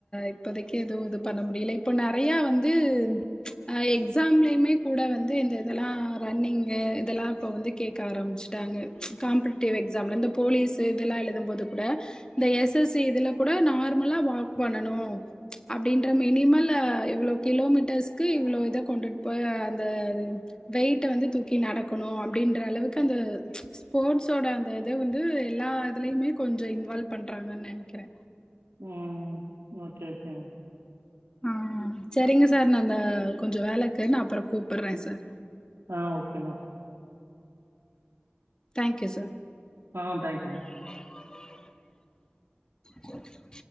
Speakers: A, on the left; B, on the right.
A: இப்போதைக்கு எதுவும் இது பண்ண முடியல இப்ப நெறயா வந்து அ எக்ஸாம்லயுமே கூட வந்து இந்த இதெல்லா ரன்னிங்கு இதெல்லா இப்ப வந்து கேக்க ஆரம்பிச்சு ட்டாங்க காம்படிட்டிவ் எக்ஸாம்ல இந்த போலீஸ் இதெல்லா எழுதும் போது கூட இந்த எஸ் எஸ் சி இதுல கூட நார்மலா வாக் பண்ணனும் அப்படின்ற மினிமல்ல இவ்ளோ கிலோமீட்டர்ஸ்க்கு இவ்ளோ இத கொண்டுட்டு போயி அந்த இது வெயிட்ட வந்து தூக்கி நடக்கணும் அப்படின்ற அளவுக்கு அந்த ஸ்போர்ட்ஸ் ஓட அந்த இத வந்து எல்லா இதுலயுமே கொஞ்சோ இன்வால்வ் பண்றாங்கன்னு நெனைக்கிறே
B: ம் ஓகே ஓகே
A: ஆ சேரிங்க சார் நா அந்த கொஞ்சோ வேலை இக்கு நா அப்புறோ கூப்பிட்ற சார்
B: ஆ ஓகே மேம்
A: தேங்க்யூ சார்
B: ஆ தங்க்யூ மேம்
A: <unintelligible>